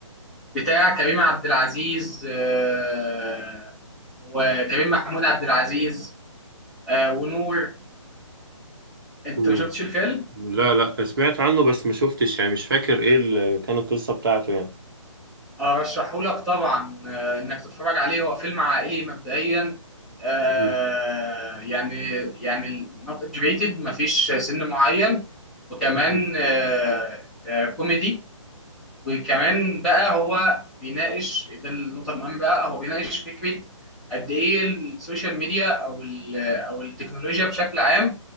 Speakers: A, in the centre; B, on the right.
A: بتاع كريم عبد العزيز آه، وكريم محمود عبد العزيز آه، ونور انت
B: ايه
A: ما شفتش الفيلم
B: لا لا سمعت عنه بس ما شفتش يعني مش فاكر ايه اللي كانت القصة بتاعته يعني
A: ارشحه لك طبعا آه، انك تتفرج عليه هو فيلم عائلي مبدئيا آه،
B: مم.
A: يعني يعني نوت اجبيتد ما فيش سن معين وكمان
B: مم.
A: آه، آه، كوميدي وكمان بقى هو بيناقش ده النقطة المهمة بقى هو بيناقش فكرة قد إيه السوشيال ميديا أو ال- أو التكنولوجيا بشكل عام